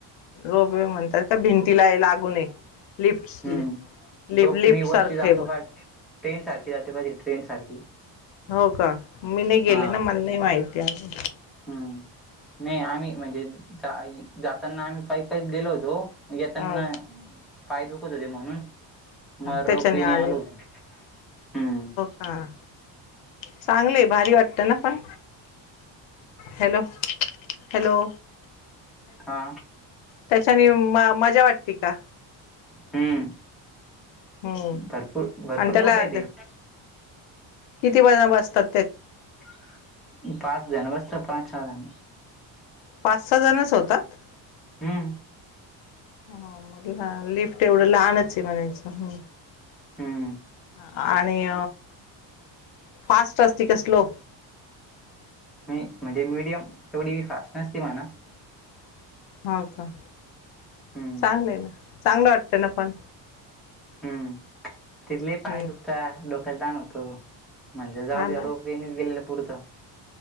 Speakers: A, on the left (about 90°); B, in the centre.
A: रोपवे म्हणतात. भिंतीला आहे, लागू नये लिफ्ट
B: हम्म
A: लि
B: रोपणी
A: लिफ्ट सारखं
B: वरती जातो
A: आहे बग.
B: पाय ट्रेन सारखी जाते बगा ट्रेन सारखी.
A: हो का, मी नाही गेली
B: हा
A: ना, मला नाही माहिती आजुन.
B: हम्म, नाही आम्ही म्हणजे जा जाताना आम्ही पाई-पाई गेलो होतो. येताना
A: हा
B: पाय दुखत होते म्हणून मग रोपीने
A: त्याच्याने आले
B: आलू होतो, हम्म.
A: हा, चांगलेय भारी वाटत ना पण. हॅलो-हॅलो.
B: हा.
A: त्याच्याने म मजा वाटते का.
B: हम्म
A: हम्म
B: भरपूर, भरपूर
A: आणि त्याला
B: मोठा आहे ते.
A: किती वाजेला वासतात?
B: <inaudible> पाच जान बसतात पाच, सहा जन.
A: पाच, सहा जणच होतात?
B: हम्म
A: ह मधला लिफ्ट एवढं लहानच आहे म्हणायचं ह.
B: हम्म
A: आणि फास्ट असती का स्लो?
B: मी म्हणजे मीडियम एवढी फास्ट नसती म्हणा.
A: हो का
B: हम्म
A: चांगलं आहे ना चांगलं वाटतं ना पण?
B: हम्म तिथले पाय
A: हम्म.
B: दुखता डोक्याला तणवतो म्हणजे जाऊ
A: हा
B: द्या
A: ना
B: रोपवेणीच गेलेलं पुरतं.